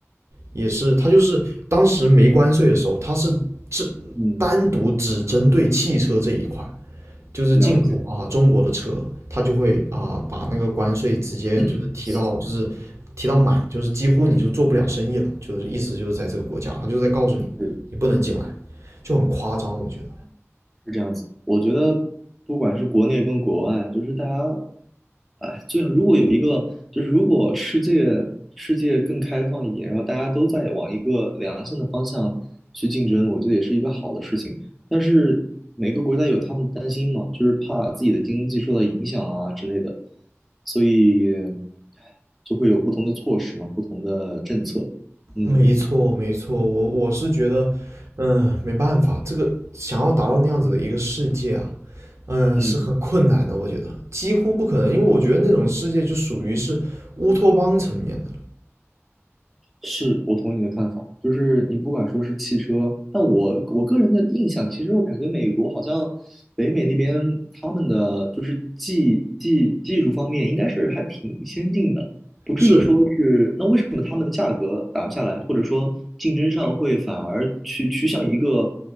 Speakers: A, on the right; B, in the centre.
A: 也是他就是当时没关税的时候，他是只
B: 嗯，
A: 单独只针对汽车这一块，就是进口啊中国的车，
B: 了解。
A: 它就会啊把那个关税直接就是提到就是提到满，
B: <clears throat>
A: 就是几乎你就做不了生意了，就是意思就是在这个国家，他就在告诉你你不能进来，
B: 是。
A: 就很夸张，我觉得。
B: 这样子，我觉得不管是国内跟国外，就是大家，哎，最好如果有一个，就是如果世界世界更开放一点，然后大家都在往一个良性的方向去竞争，我觉得也是一个好的事情。但是每个国家有他们的担心嘛，就是怕自己的经济受到影响啊之类的，所以就会有不同的措施嘛，不同的政策。嗯
A: 没错，没错，我我是觉得，嗯，没办法，这个想要达到那样子的一个世界啊，嗯，
B: 嗯。
A: 是很困难的，我觉得几乎不可能，因为我觉得那种世界就属于是乌托邦层面的了。
B: 是我同意你的看法，就是你不管说是汽车，但我我个人的印象，其实我感觉美国好像北美那边他们的就是技技技术方面应该是还挺先进的，不至于说是那为什么他们的价格打不下来，
A: 是
B: 或者说竞争上会反而去趋向一个